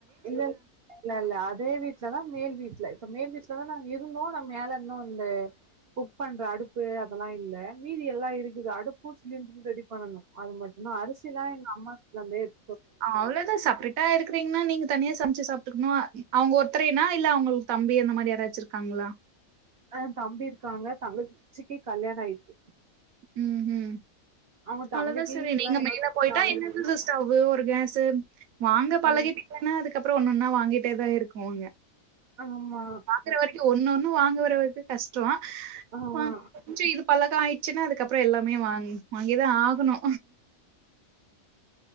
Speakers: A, on the right; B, on the right.
A: இல்லங் இல்லல்ல அதே வீட்லதா மேல் வீட்ல இப்ப மேல் வீட்லதா நாங்க இருந்தோ ஆனா மேல இருந்து வந்து குக் பண்ற அடுப்பு அதெல்லா இல்ல மீதி எல்லா இருக்குது அடுப்பு சிலிண்டரு ரெடி பண்ணணு அது மட்டுந்தா அரிசிலா எங்க அம்மா வீட்ல இருந்தே எடுத்
B: அவ்ளோதா சப்ரேட் டா இருக்கிறீங்கன்னா நீங்க தனியா சமச்சு சாப்டுக்கணு அவங்க ஒருத்தரேனா இல்ல அவங்களுக்கு தம்பி அந்த மாரி யாராச்சு இருக்காங்ளா
A: ஆ தம்பி இருக்காங்க தங்கச்சிக்கு கல்யாண ஆயிட்டு
B: ம் ம்
A: அவங்க
B: அவ்ளோதா
A: தம்பிக்கு
B: செரி
A: இப்பதா
B: நீங்க
A: இருவத்தி
B: மேல போயிட்டா
A: நாலு
B: என்னது
A: வயசு
B: ரிஸ் ஸ்டவ்வு ஒரு கேசு வாங்க
A: ஆகுது.
B: பழகிட்டிங்கன்னா அதுக்கப்றோ ஒன்னொன்னா வாங்கிட்டே தா இருக்குவாங்க
A: ஆமா
B: வாங்கற வரைக்கு ஒன்னொன்னு வாங்குற வரைக்கு கஷ்டோ
A: ஆ
B: கொஞ்சோ இது பழக ஆயிடுச்சுன்னா அதுக்கப்றோ எல்லாமே வாங் வாங்கிதா ஆகணு